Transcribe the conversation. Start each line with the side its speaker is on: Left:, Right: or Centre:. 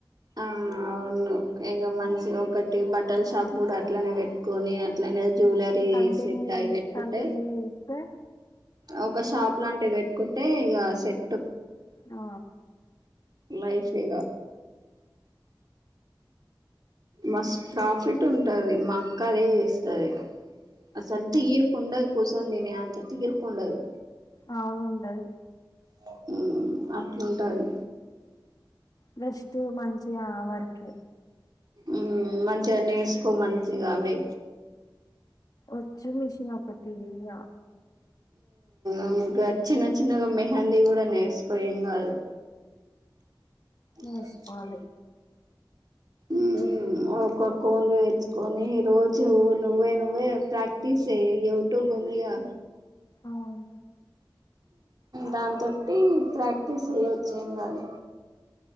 Right: ఆ అవును ఇంక మనిషి
Left: ఆ
Right: ఒకటి బట్ట హోటల్ షాపు కూడా అట్లనే పెట్టుకొని అట్లనే జ్యువెలరీ
Left: కంటిన్యూ
Right: సెట్ అవి పెట్టుకుంటే
Left: కంటిన్యూ ఇస్తే
Right: ఒక షాప్ లాంటివి పెట్టుంటే ఇగా సెట్టు
Left: ఆ
Right: లైఫ్ ఇగ మస్త్ ప్రాఫిట్ ఉంటది మా అక్క అదే చేస్తది ఆ సర్త్
Left: హ్మ్
Right: ఈరుకుకోస ఉంది మే అంత తీరిక ఉండదు
Left: అవును ఉండది
Right: ఉ అట్లుంటది
Left: వెస్టు మంచిగ ఆ వర్కే
Right: ఉ మంచిగా నేర్స్ కో మంచిగా అవే
Left: వచ్చు మిషిన్ ఒకటి గ
Right: ఉమ్ గ చిన్న చిన్నగా మెహందీ కూడా నేర్చుకో ఏం కాదు
Left: నేర్చుకోవాలి.
Right: కా ఉమ్ ఒక్కక్కోన్ని తెచ్చుకోని రోజు నువ్వే నువ్వే ప్రాక్టీస్ చెయ్యి యూట్యూబ్ ఉందిగా
Left: అవును
Right: దాని తోటి ప్రాక్టీస్ చేయొచ్చు ఏం కాదు